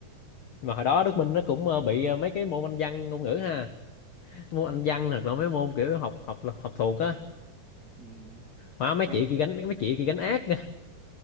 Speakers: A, on the left; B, on the right.
A: mà hồi đó Đức Minh nó cũng ờ, bị ờ, mấy cái môn Anh văn ngôn ngữ ha môn Anh văn hoặc
B: ừ.
A: là mấy môn kiểu học học học thuộc á
B: Ừ.
A: hóa mấy
B: Rồi
A: chị kia gánh mấy chị kia gánh ác nha.